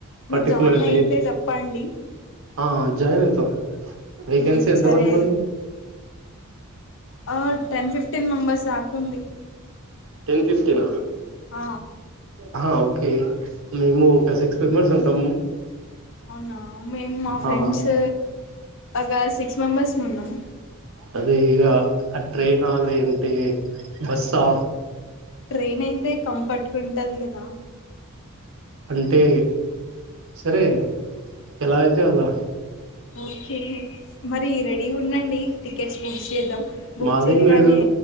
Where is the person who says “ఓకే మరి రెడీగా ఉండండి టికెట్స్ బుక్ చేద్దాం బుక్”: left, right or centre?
Left